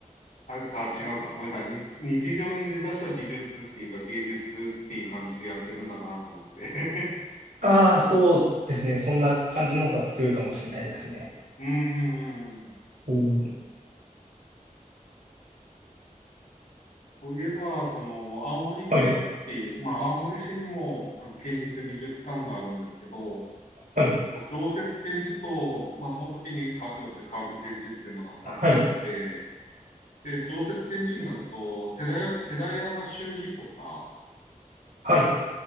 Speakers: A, on the left; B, on the right.
A: あ、違うか。ごめんなさい。に日常に出だした美術っていうか芸術っていう感じでやってるんだなと思って。<laughs>
B: ああ、そうですね。そんな感じの方が強いかもしれないですね。
A: うんうんうんうん。
B: おー
A: そういえば、その、青森県っていう、
B: はい、
A: まあ、青森市にも、あの、県立美術館があるんですけど、
B: はい、
A: 常設展示と、まあ、その時にかよって変わる展示っていうのが2つあって、
B: はい、
A: で、常設展示になると、寺、寺山修司とか、
B: はい、